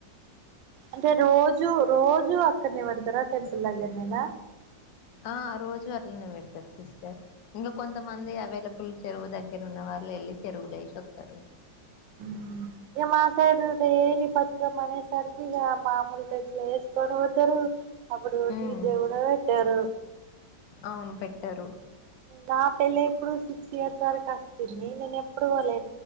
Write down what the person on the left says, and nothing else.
ఆ రోజు అట్లనే పెడతారు సిస్టర్ ఇంకా కొంతమంది అవైలబుల్ చెరువు దగ్గర ఉన్న వాళ్ళు వెళ్ళి చెరువుల ఏసి ఒత్తరు
ఉమ్
అవును పెట్టారు